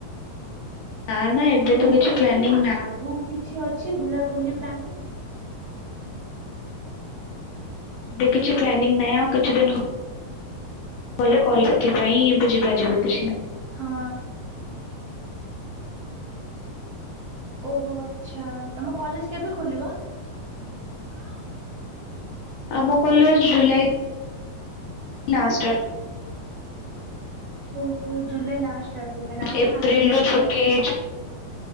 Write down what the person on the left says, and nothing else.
ନା ନା ଏବେ ତ
କିଛି
ପ୍ଲାନିଂ
ନାହିଁ
ଏବେ କିଛି ପ୍ଲାନିଂ ନାହିଁ ଆଉ କିଛି ଦିନ ଗ କହଲେ କଲେଜ ପାଇଁ ଯିବା ଯିବି କିଛି ନା
ଆମ କଲେଜ ଜୁଲାଇ ଲାଷ୍ଟ ଆଡ
ଆଡୁ
ଏପ୍ରିଲ
ରୁ ଛୁଟି
ହେଇଛି